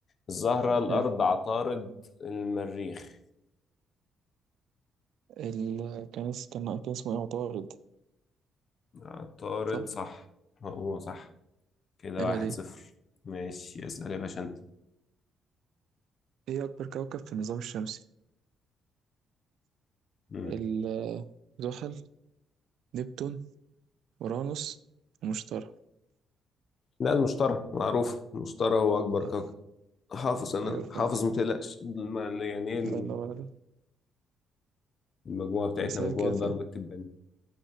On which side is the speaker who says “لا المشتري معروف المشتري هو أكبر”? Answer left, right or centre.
Left